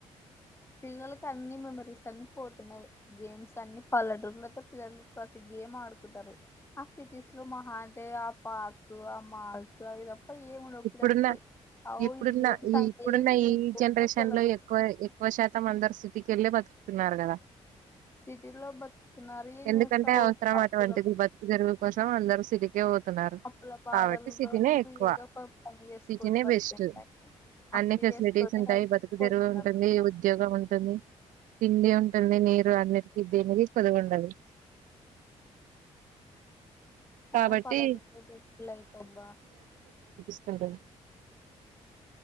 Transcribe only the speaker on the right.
ఇప్పుడున్న
ఇప్పుడున్న
ఈ
ఇప్పుడున్న ఈ
జనరేషన్
లో ఎక్కువ ఎక్కువ శాతం అందరు సిటీకెళ్ళే బతుకుతున్నారు కదా
ఎందుకంటే
అవసరం
అటువంటిది బతుకు తెరుగు కోసం అందరు సిటీకే పోతున్నారు
కాబట్టి సిటీనే ఎక్కువ
సిటీ నే
బెస్ట్
అన్ని ఫెసిలిటీస్
ఉంటాయి
బతుకు
తెరుగు ఉంటుంది ఉద్యోగం ఉంటుంది తిండి ఉంటుంది నీరు అన్నిటికి దేనికి కోదువు ఉండది కాబట్టి
హలో